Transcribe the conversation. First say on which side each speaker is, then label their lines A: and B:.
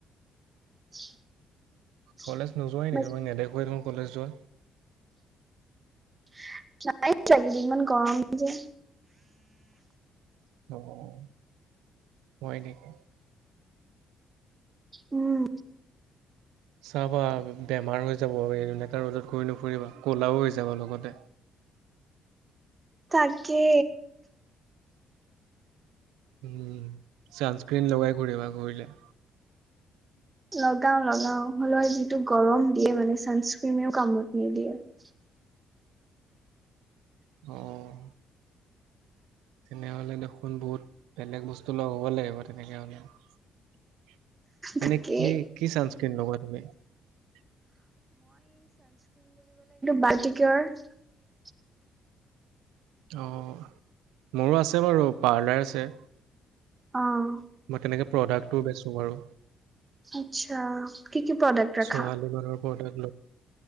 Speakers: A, on the right; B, on the right.
A: <inaudible>
B: কলেজ নোযোৱাই
A: বাকী
B: নেকি তোমাক নেদেখুৱাই দেখোন কলেজ যোৱা।
A: <inaudible> নাই লাগিলে ইমান গৰম যে।
B: অঁ হয় নেকি!
A: উম।
B: চাবা বেমাৰ হৈ যাব এনেকুৱা ৰ'দত ঘূৰি নু ফুৰিবা ক'লাও হৈ যাব লগতে। <inaudible>
A: তাকে
B: উম চানস্ক্ৰিন লগাই ঘূৰিবা ঘূৰিলে। <unintelligible>
A: লগাওঁ লগাওঁ হলৌ যিটো গৰম দিয়ে মানে ছানস্ক্ৰীমেও কামত নিদিয়ে। <unintelligible>
B: অঁ। তেনেহলে দেখোন বহুত বেলেগ বস্তু লগ হ'ব লাগিব তেনেকে হলে। <unintelligible> এনে
A: তাকে
B: কি কি ছানস্ক্ৰিন ল'বা তুমি <unintelligible>
A: বাল্টি কিয়ৰ <unintelligible>
B: অঁ মোৰো আছে বাৰু পাৰ্লাৰ আছে
A: অঁ
B: মই তেনেকে প্ৰডাক্টটো বেচোঁ বাৰু
A: আচ্ছা কি কি প্ৰডাক্ট ৰাখা
B: ছোৱালী মানুহৰ প্ৰডাক্ট